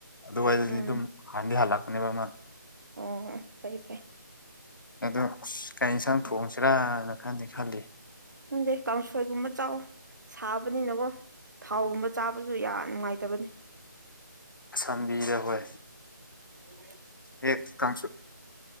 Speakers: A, on the left; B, on the right.
A: ꯑꯗꯨꯋꯥꯏꯗꯗꯤ
B: ꯎꯝ
A: ꯑꯗꯨꯝ ꯍꯥꯟꯅꯗꯤ ꯍꯜꯂꯛꯄꯅꯦꯕ ꯑꯃ
B: ꯑꯣ ꯐꯩ ꯐꯩ
A: ꯑꯗꯣ ꯑꯁ ꯀꯩ ꯌꯦꯟꯁꯥꯡ ꯊꯣꯡꯁꯤꯔꯥꯅ ꯈꯟꯗꯤ ꯈꯜꯂꯤ
B: ꯅꯪꯗꯦ ꯀꯥꯡꯁꯣꯏꯒꯨꯝꯕ ꯆꯥꯎ ꯁꯥꯕꯅꯤꯅꯀꯣ ꯊꯥꯎꯒꯨꯝꯕ ꯆꯥꯕꯁꯨ ꯌꯥꯝ ꯅꯨꯡꯉꯥꯏꯇꯕꯅꯦ
A: ꯑꯁꯝꯕꯤꯗ ꯍꯣꯏ
B: ꯎꯝ
A: ꯍ ꯀꯁꯨ